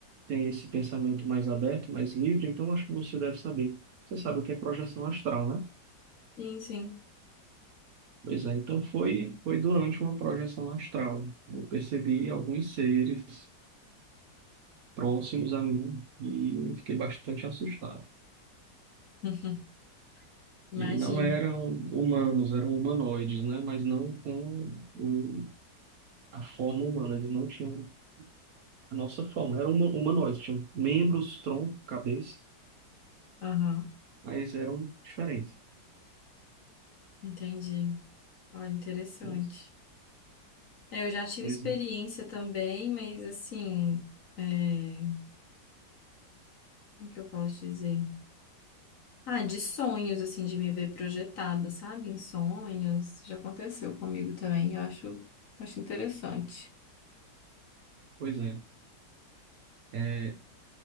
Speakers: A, on the right (about 65°); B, on the left (about 55°).
A: tem esse pensamento mais aberto, mais livre, então acho que você deve saber. Você sabe o que é projeção astral, né?
B: Sim, sim.
A: Pois é, então foi, foi durante uma projeção astral. Eu percebi alguns seres próximos a mim e eu fiquei bastante assustado.
B: <laughs> Imagino.
A: E não eram humanos, eram humanoides, né? Mas não com o- a forma humana. Eles não tinham A nossa forma era uma humanoide, tinham membros, tronco, cabeça,
B: Aham,
A: mas eram diferentes.
B: entendi. Olha, interessante.
A: Pois
B: É, eu já tive
A: pois
B: experiência
A: é.
B: também, mas assim, é, o que eu posso dizer? Ah, de sonhos, assim, de me ver projetada, sabe? Em sonhos. Já aconteceu comigo também, eu acho, acho interessante.
A: Pois é. É,